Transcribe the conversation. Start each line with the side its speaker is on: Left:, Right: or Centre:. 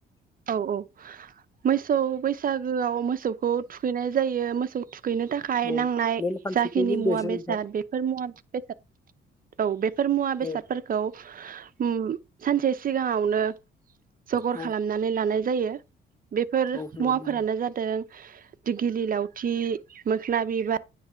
Right: औ औ मोसौ बैसागोआव मोसौखौ थुखैनाय जायो मोसौ थुख गैनो थाखाय
Left: औ
Right: नांनाय
Left: नेमखान्थिखौ
Right: जाखिनि
Left: बुंदो
Right: मुवा
Left: एसे
Right: बेसाद
Left: नोंथां
Right: बेफोर मुवा बेसाद औ फोरखौ बेफोर मुवा बेसादफोरखौ
Left: औ
Right: ओम सानसे सिगाङावनो जगर
Left: औ
Right: खालामनानै लानाय जायो। बेफोर
Left: औ नंगौ
Right: मुवाफोरानो जादों दगिलि लावथि मोख्ना बिबार